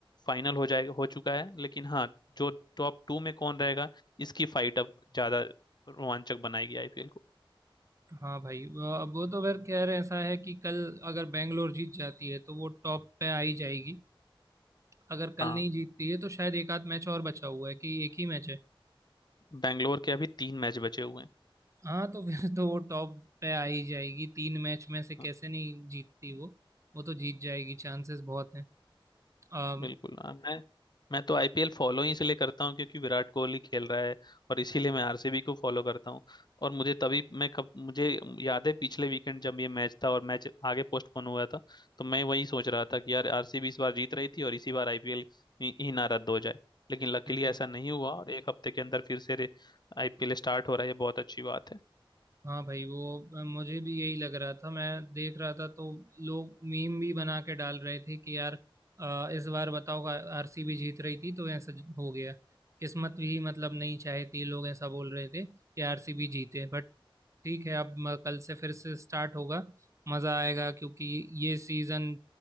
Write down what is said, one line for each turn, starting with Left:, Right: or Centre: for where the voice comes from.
Left: फाइनल हो जाएगा हो चुका है लेकिन हाँ जो टॉप टू में कौन रहेगा इसकी फाइट अब ज्यादा रोमांचक बनाएगी आईपीएल को
Right: हाँ भाई वो- अब वो तो फिर खैर ऐसा है कि कल अगर बैंगलोर जीत जाती है तो वो टॉप पे आ ही जाएगी अगर कल
Left: हाँ
Right: नहीं जीतती है तो शायद एक आध मैच और बचा हुआ है कि एक ही मैच है
Left: बैंगलोर के अभी तीन मैच बचे हुए हैं
Right: हाँ तो फिर तो वो टॉप पे आ ही जाएगी तीन मैच में से कैसे
Left: हाँ
Right: नहीं जीतती वो वो तो जीत जाएगी चांसेस बहुत हैं अम,
Left: बिल्कुल हाँ, मैं मैं तो
Right: हाँ,
Left: आईपीएल फॉलो ही इसलिए करता हूँ क्योंकि विराट कोहली खेल रहा है और इसीलिए मैं आरसीबी को फॉलो करता हूँ और मुझे तभी मैं कब मुझे याद है पिछले वीकेंड जब ये मैच था और मैच आगे पोस्टपोन हुआ था तो मैं वही सोच रहा था कि यार आरसीबी इस बार जीत रही थी और इसी बार आईपीएल ही ही ना रद्द हो जाए लेकिन लकीली
Right: हम्म,
Left: ऐसा
Right: हम्म।
Left: नहीं हुआ और एक हफ्ते के अंदर फिर से आईपीएल स्टार्ट हो रहा है ये बहुत अच्छी बात है
Right: हाँ भाई वो मुझे भी यही लग रहा था मैं देख रहा था तो लोग मीम भी बना के डाल रहे थे कि यार अ, इस बार बताओ आरसीबी जीत रही थी तो ऐसा हो गया किस्मत भी मतलब नहीं चाहती लोग ऐसा बोल रहे थे कि आरसीबी जीते बट ठीक है अब म- कल से फिर से स्टार्ट होगा मज़ा आएगा क्योंकि ये सीज़न